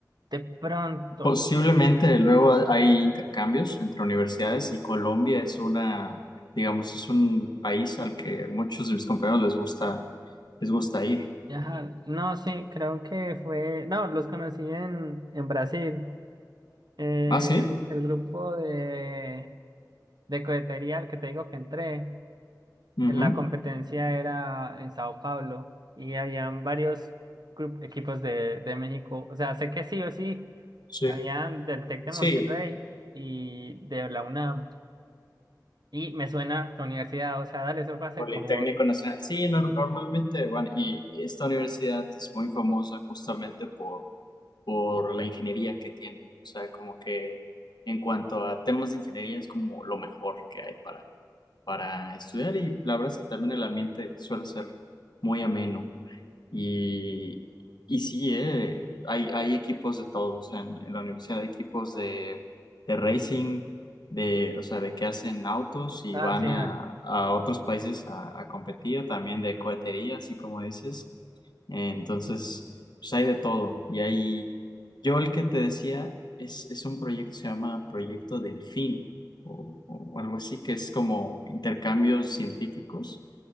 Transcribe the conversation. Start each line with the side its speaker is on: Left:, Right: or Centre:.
Right: De pronto.
Left: Posiblemente luego ha- hay intercambios entre universidades y Colombia es una, digamos, es un país al que muchos de mis compañeros les gusta, les gusta ir.
Right: Ajá. No, sí, creo que fue. No, los conocí en, en Brasil. Eh,
Left: Ah, sí.
Right: el grupo de, de cohetería al que te digo que entré.
Left: Ujú.
Right: en la competencia era en Sao Paulo y habían varios grup- equipos de, de México. O sea, sé que sí o sí,
Left: Sí.
Right: habían del Tec de
Left: Sí,
Right: Monterrey y de la UNAM. Y me suena tu universidad, o sea, dale, eso fue hace
Left: Politécnico
Right: como...
Left: Nacional. Sí, nor- normalmente van, y esta universidad es muy famosa justamente por, por la ingeniería que tiene. O sea, como que en cuanto a temas de ingeniería es como lo mejor que hay para, para estudiar y la verdad es que también el ambiente suele ser muy ameno. Y, y sí, eh, hay, hay equipos de todos en, en la universidad, hay equipos de, de racing, de, o sea, de que hacen autos y
Right: Ah,
Left: van
Right: sí,
Left: a,
Right: dale.
Left: a otros países a, a competir, también de cohetería, así como dices. Entonces, pues hay de todo. Y ahí, yo el que te decía es, es un proyecto que se llama Proyecto Delfín o, o algo así, que es como intercambios científicos